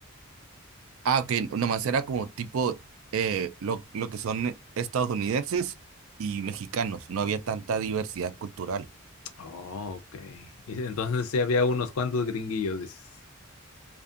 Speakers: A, on the right (about 70°); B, on the left (about 80°).
A: Ah, ok, nomás era como tipo eh, lo, lo que son estadounidenses y mexicanos, no había tanta diversidad cultural.
B: Oh, ok. Y entonces sí había unos cuantos gringuillos, dices.